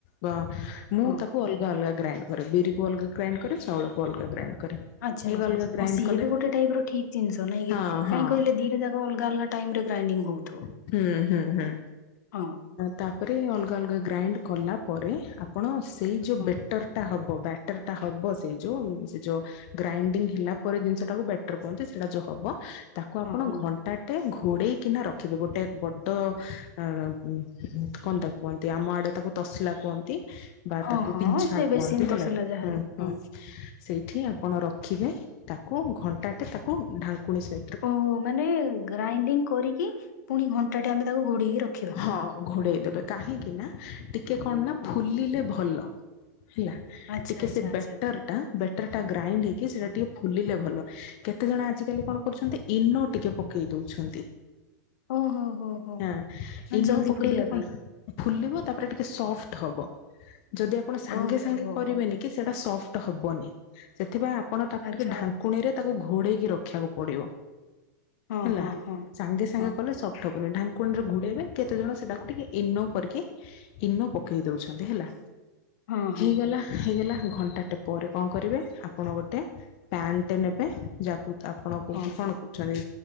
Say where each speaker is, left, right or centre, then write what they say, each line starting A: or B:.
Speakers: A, on the left; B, on the left.
A: ବା- ମୁଁ
B: ହଁ
A: ତାକୁ ଅଲଗା ଅଲଗା ଗ୍ରାଇଣ୍ଡ୍ କରେ ବିରି କୁ ଅଲଗା ଗ୍ରାଇଣ୍ଡ୍ କରେ ଚାଉଳକୁ ଅଲଗା ଗ୍ରାଇଣ୍ଡ୍ କରେ।
B: ଆଚ୍ଛା
A: ଅଲଗା
B: ଆଚ୍ଛା
A: ଅଲଗା ଗ୍ରାଇଣ୍ଡ
B: ଓ ସିଏ
A: କଲେ
B: ବି ଗୋଟେ ଟାଇପ୍ ର ଠିକ୍ ଜିନିଷ ନାଇଁ
A: ହଁ
B: କି
A: ହଁ
B: କାଇଁ କହିଲେ ଦିଟା ଯାକ ଅଲଗା ଅଲଗା ଟାଇମ୍ ରେ ଗ୍ରାଇଣ୍ଡିଙ୍ଗ୍ ହଉଥିବ।
A: ହୁଁ- ହୁଁ -ହୁଁ
B: ହଁ
A: ତାପରେ ଅଲଗା ଅଲଗା ଗ୍ରାଇଣ୍ଡ୍ କଲା ପରେ ଆପ୍ ଆପଣ ସେଇ ଯଉ
B: ହଁ
A: ବେଟର୍ ଟା ହେବ ବ୍ୟାଟର୍ ଟା ହବ ସେଇ ଯଉ ସେ ଯଉ ଗ୍ରାଇଣ୍ଡିଙ୍ଗ୍ ହେଲା ପରେ ଜିନିଷ ଟାକୁ ବେଟର୍ କୁହନ୍ତି ସେଇଟା ଯଉ ହବ ତାକୁ ଆପଣ
B: ହଁ।
A: ଘଣ୍ଟାଟେ ଘୋଡେଇ କିନା ରଖିବେ ଗୋଟେ ବଡ ଅ- କଣ ତାକୁ କୁହନ୍ତି ଆମ ଆଡେ ତାକୁ ତସଲା କୁହନ୍ତି ବା
B: ହଁ
A: ତାକୁ
B: ହଁ
A: ପିନ୍ଛା
B: ହଁ ସେ
A: କୁହନ୍ତି
B: ବେସିନ
A: ହେଲା
B: ତସଲା ଯାହାବି
A: ହୁଁ- ହୁଁ।
B: ହଁ
A: ସେଇଠି ଆପଣ ରଖିବେ ତାକୁ ଘଣ୍ଟାଟେ ତାକୁ ଢାଙ୍କୁଣି ସେ
B: ଓହୋ ମାନେ ଗ୍ରାଇଣ୍ଡିଙ୍ଗ୍ କରିକି ପୁଣି ଘଣ୍ଟାଟେ ଆମେ ତାକୁ ଘୋଡେଇକି ରଖ୍
A: ହଁ ଘୋଡେଇ ଦେବେ କାହିଁକି ନା ଟିକେ କଣ ନା
B: ହଁ
A: ଫୁଲିଲେ ଭଲ। ହେଲା
B: ଆଚ୍ଛା
A: ଟିକେ
B: ଆଚ୍ଛା
A: ସେ
B: ଆଚ୍ଛା
A: ବେଟର୍ ଟା ବେଟର୍ ଟା ଗ୍ରାଇଣ୍ଡ୍ ହେଇକି ସେଟା ଟିକେ ଫୁଲିଲେ ଭଲ କେତେଜଣ ଆଜିକାଲି କଣ କରୁଚନ୍ତି ଇନୋ ଟିକେ ପକେଇ ଦଉଛନ୍ତି।
B: ଓ- ହୋ -ହୋ -ହୋ।
A: ଆଁ
B: ମାନେ
A: -ଇନୋ
B: ଜଲଦି
A: ପକେଇଲେ
B: ଫୁଲିବା
A: କଣ
B: ପାଇଁ
A: ଫୁଲିବ ତାପରେ ଟିକେ ସଫ୍ଟ୍ ହବ ଯଦି ଆପଣ ସାଙ୍ଗେ
B: ଓହୋ
A: ସାଙ୍ଗେ
B: ହୋ
A: କରିବେନି
B: ହୋ
A: କି ସେଟା ସଫ୍ଟ୍ ହବନି ସେଥିପାଇଁ ଆପଣ ତାକୁ
B: ଆଚ୍ଛା
A: ଟିକେ ଢାଙ୍କୁଣୀରେ ତାକୁ ଘୋଡେଇକି ରଖିବାକୁ ପଡିବ
B: ହଁ
A: ହେଲା
B: ହଁ ହଁ
A: ସାଙ୍ଗେ ସାଙ୍ଗେ
B: ହଁ
A: କଲେ ସଫ୍ଟ୍ ଢାଙ୍କୁଣି ରେ ଘୁଡେଇବେ କେତେ ଜଣ ସେଟାକୁ ଟିକେ ଇନୋ କରିକି ଇନୋ ପକେଇ ଦଉଛନ୍ତି ହେଲା
B: ହଁ ହଁ
A: ହେଇଗଲା ହେଇଗଲା ଘଣ୍ଟାଟେ ପରେ କଣ କରିବେ ଆପଣ ଗୋଟେ ପ୍ୟାନ୍ ଟେ ନେବେ ଯାହାକୁ ଆପଣ କଉଠେ
B: ହଁ
A: କଣ କହୁଛନ୍ତି